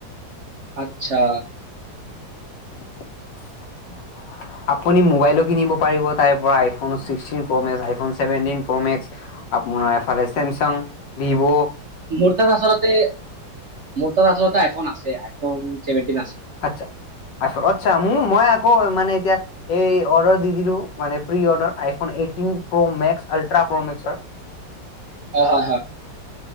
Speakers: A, on the right (about 60°); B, on the left (about 70°).
A: আচ্ছা।
B: <unintelligible> আপুনি মোবাইলো কিনিব পাৰিব তাইৰ পৰা iPhone sixteen pro max seventeen pro max আপোনাৰ এফালে চেমচাং ভিভো
A: মোৰ তাত আচলতে মোৰ তাত আচলতে আইফোন আছে আইফোন চভেনটিন আছে।
B: আচ্ছা আছ আচ্ছা মোৰ মই আকৌ মানে এতিয়া এই অৰ্ডাৰ দি দিলো মানে pre order iPhone eighteen pro max ultra pro মেক্সৰ।
A: হয়, হয়, হয়।